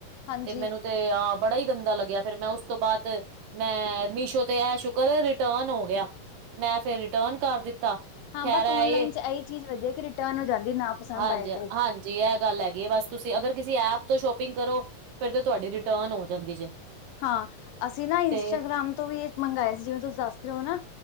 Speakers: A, on the left; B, on the right.
A: ਹਾਂਜੀ
B: ਤੇ ਮੈਨੂੰ ਤੇ ਆਹ ਬੜਾ ਹੀ ਗੰਦਾ ਲੱਗਿਆ, ਫਿਰ ਮੈਂ ਉਸ ਤੋਂ ਬਾਅਦ ਮੈਂ ਮੀਸ਼ੋ ਤੇ ਐ ਸ਼ੁਕਰ ਏ, ਰਿਟਰਨ ਹੋ ਗਿਆ, ਮੈਂ ਫਿਰ ਰਿਟਰਨ ਕਰ ਦਿੱਤਾ
A: ਹਾਂ
B: ਖੈਰ
A: ਬਸ ਔਨਲਾਈਨ
B: ਇਹ
A: ਚ' ਇਹੀ ਚੀਜ਼ ਵਧੀਆ ਕਿ ਰਿਟਰਨ ਹੋ ਜਾਂਦੀ ਨਾ ਪਸੰਦ
B: ਹਾਂਜੀ-
A: ਆਏ ਤੇ
B: ਹਾਂਜੀ ਜੀ ਇਹ ਗੱਲ ਹੈਗੀ, ਬਸ ਤੁਸੀਂ ਅਗਰ ਕਿਸੀ ਐਪ ਤੋਂ ਸ਼ੋਪਿੰਗ ਕਰੋ, ਫਿਰ ਤੁਹਾਡੀ ਰਿਟਰਨ ਹੋ ਜਾਂਦੀ ਜੇ
A: ਹਾਂ, ਅਸੀਂ ਨਾ ਇੰਸਟਾਗ੍ਰਾਮ
B: ਤੇ
A: ਤੋਂ ਵੀ ਮੰਗਵਾਏ ਸੀ, ਜਿਵੇਂ ਤੁਸੀਂ ਦੱਸ ਉਹ ਨਾ,